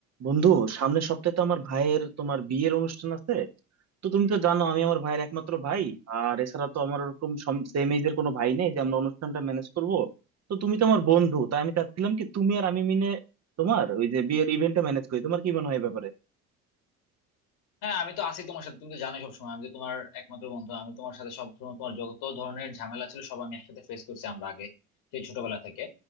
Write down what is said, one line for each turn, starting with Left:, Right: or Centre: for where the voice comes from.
Right: বন্ধু সামনের সপ্তাহে তো আমার ভাইয়ের তোমার বিয়ের অনুষ্ঠান আছে তো তুমি তো জানো আমি আমার ভাইয়ের একমাত্র ভাই আর এছাড়া তো আমার ওরকম সেম এজের কোনো ভাই নেই যে আমরা অনুষ্ঠানটা ম্যানেজ করব তো তুমি তো আমার বন্ধু তাই আমি চাচ্ছিলাম কি তুমি আর আমি মিলে তোমার ওই যে বিয়ের ইভেন্টটা ম্যানেজ করি তোমার কি মনে হয় এ ব্যাপারে
Left: হ্যাঁ আমি তো আছি তোমার সাথে তুমি তো জানো সবসময় আমি তো তোমার একমাত্র বন্ধু আমি তোমার সাথে সবসময় তোমার যত ধরনের ঝামেলা ছিল সব আমি একসাথে ফেস করছি আমরা আগে সেই ছোটবেলা থেকে